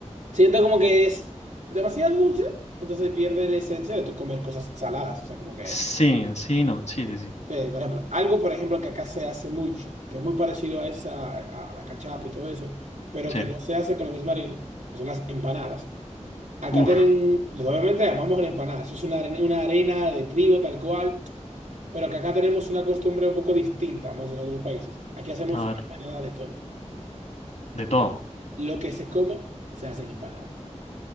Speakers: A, on the right; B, on the left.
A: siento como que es demasiado dulce, entonces pierde la esencia de tu comer cosas saladas. O sea, como que,
B: Sí, sí, no. Sí, sí, sí.
A: eh, por ejemplo, algo, por ejemplo, que acá se hace mucho, que es muy parecido a esa, a a la cachapa y todo eso, pero
B: Sí.
A: que no se hace con la misma harina, que son las empanadas. Acá
B: Uf,
A: tienen, obviamente llamamos la empanada, eso es una arena, una arena de trigo tal cual, pero que acá tenemos una costumbre un poco distinta, más en otros países. Aquí hacemos
B: a ver,
A: empanada de todo.
B: de todo.
A: Lo que se coma, se hace en empanada.